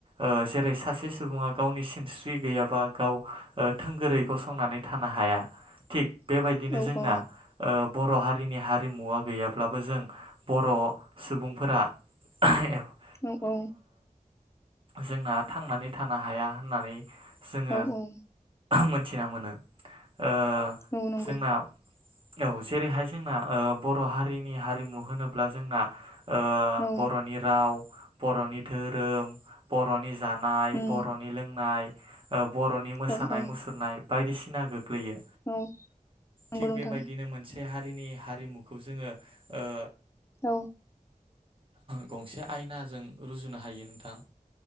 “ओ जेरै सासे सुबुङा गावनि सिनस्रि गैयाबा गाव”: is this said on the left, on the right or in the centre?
Right